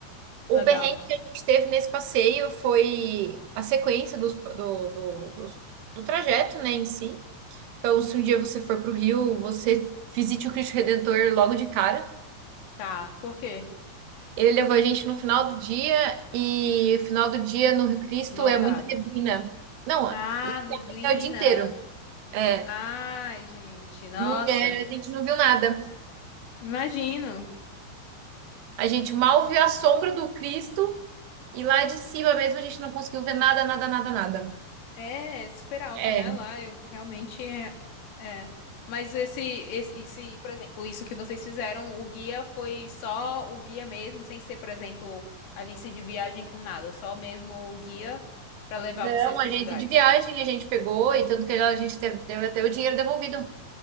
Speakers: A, on the right; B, on the left.
A: O
B: Legal.
A: perrengue que a gente teve nesse passeio foi a sequência dos- do, do, dos- do trajeto, né, em si. Então, se um dia você for para o Rio, você visite o Cristo Redentor logo de cara.
B: Tá. Por quê?
A: Ele levou a gente no final do dia, e o final do dia no Rio Cristo
B: Lotado.
A: é muita neblina. Não,
B: Ah, neblina.
A: é o dia inteiro. É,
B: Ai, gente, nossa.
A: mulher, a gente não viu nada.
B: Imagino.
A: A gente mal viu a sombra do Cristo e lá de cima mesmo a gente não conseguiu ver nada, nada, nada, nada.
B: É super alto,
A: É,
B: né? Lá eu realmente é. é. Mas esse, esse, esse, por exemplo, isso que vocês fizeram, o guia foi só o guia mesmo, sem ser, por exemplo, agência de viagem com nada, só mesmo o guia pra levar
A: não,
B: vocês pros
A: agência
B: lugares.
A: de viagem a gente pegou e tanto que a gente teve, teve até o dinheiro devolvido.